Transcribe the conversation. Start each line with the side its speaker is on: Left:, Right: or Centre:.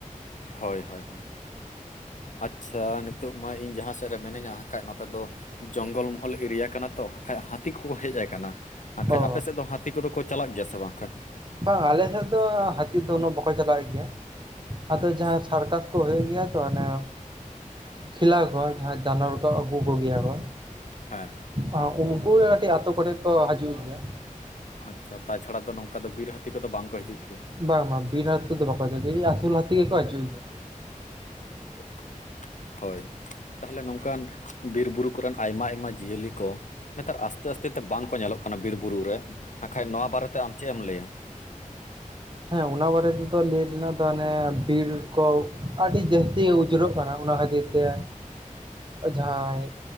Left: ᱦᱳᱭ ᱦᱳᱭ ᱦᱳᱭ᱾ ᱟᱪᱪᱷᱟ ᱱᱤᱛᱳᱜ ᱢᱟ ᱤᱧ ᱡᱟᱦᱟᱸ ᱥᱮᱫ ᱨᱮ ᱢᱤᱱᱟᱹᱧᱟ ᱦᱟᱜᱠᱷᱟᱡ ᱱᱚᱛᱮ ᱫᱚ ᱡᱚᱝᱜᱚᱞ ᱢᱚᱦᱚᱞ ᱮᱨᱤᱭᱟ ᱠᱟᱱᱟ ᱛᱚ ᱦᱟᱜᱠᱷᱟᱡ ᱦᱟ ᱦᱟᱹᱛᱤ ᱠᱚᱠᱚ ᱦᱮᱡ ᱟᱠᱟᱱᱟ᱾ ᱟᱨᱠᱷᱟᱡ
Right: ᱚ
Left: ᱟᱯᱮ ᱥᱮᱫ ᱫᱚ ᱦᱟᱹᱛᱤ ᱠᱚᱫᱚ ᱠᱚ ᱪᱟᱞᱟᱜ ᱜᱮᱭᱟ ᱥᱮ ᱵᱟᱝ ᱠᱷᱟᱡ?
Right: ᱵᱟᱝ ᱟᱞᱮ ᱥᱮᱫ ᱫᱚ ᱦᱟᱹᱛᱤ ᱫᱚ ᱩᱱᱟᱹᱜ ᱵᱟᱠᱚ ᱪᱟᱞᱟᱜ ᱜᱮᱭᱟ᱾ ᱟᱫᱚ
Left: ᱟᱪᱪᱷᱟ
Right: ᱡᱟᱦᱟᱸ ᱥᱟᱨᱠᱟᱥ ᱠᱚ ᱦᱳᱭᱳᱜ ᱜᱮᱭᱟ ᱛᱚ ᱟᱱᱮ ᱠᱷᱮᱞᱟ ᱠᱚ ᱡᱟᱱᱣᱟᱨ ᱠᱚ ᱟᱹᱜᱩ ᱠᱚᱜᱮᱭᱟ ᱠᱚ᱾
Left: ᱦᱮᱸ ᱦᱮᱸ
Right: ᱟᱦ ᱩᱱᱠᱩᱜᱮ ᱠᱟᱴᱤᱡ ᱟᱛᱳ ᱠᱚᱨᱮ ᱠᱚ ᱦᱟᱡᱩᱜ ᱜᱮᱭᱟ
Left: ᱟᱪᱪᱷᱟ ᱛᱟᱪᱷᱟᱲᱟ ᱫᱚ ᱱᱚᱝᱠᱟ ᱫᱚ ᱵᱤᱨ ᱦᱟᱹᱛᱤ ᱠᱚᱫᱚ ᱵᱟᱝ ᱠᱚ ᱦᱤᱡᱩᱜ ᱜᱮᱭᱟ
Right: ᱵᱟᱝ ᱵᱟᱝ ᱵᱤᱨ ᱦᱟ. ᱛᱤ ᱫᱚ ᱵᱟᱠᱚ ᱦᱤᱡᱩ ᱜᱮᱭᱟ ᱮᱭ ᱟᱥᱩᱞ ᱦᱟ. ᱛᱤ ᱜᱮᱠᱚ ᱦᱮᱡᱩ ᱜᱮᱭᱟ
Left: ᱩ...... ᱦᱚᱭ ᱛᱟᱦᱚᱞᱮ ᱱᱚᱝᱠᱟᱱ ᱵᱤᱨ ᱵᱩᱨᱩ ᱠᱚᱨᱮᱱ ᱟᱭᱢᱟ ᱟᱭᱢᱟ ᱡᱤᱭᱟᱹᱞᱤ ᱠᱚ ᱱᱮᱛᱟᱨ ᱟᱥᱛᱮ ᱟᱥᱛᱮ ᱛᱮ ᱵᱟᱝ ᱠᱚ ᱧᱮᱞᱚᱜ ᱠᱟᱱᱟ ᱵᱤᱨ ᱵᱩᱨᱩ ᱨᱮ ᱟᱨᱠᱷᱟᱡ ᱱᱚᱣᱟ ᱵᱟᱨᱮᱛᱮ ᱟᱢ ᱪᱮᱫ ᱮᱢ ᱞᱟᱹᱭᱟ
Right: ᱦᱮᱸ ᱚᱱᱟ ᱵᱟᱨᱮ ᱛᱮᱫᱚ ᱞᱟᱹᱭ ᱨᱮᱱᱟᱜ ᱫᱚ ᱟᱱᱮ ᱵᱤᱨ ᱠᱚ ᱟᱹᱰᱤ ᱡᱟᱹᱥᱛᱤ ᱩᱡᱨᱚᱜ ᱠᱟᱱᱟ ᱚᱱᱟ ᱠᱷᱟᱹᱛᱤᱨ ᱛᱮ ᱡᱟᱦᱟᱸᱭ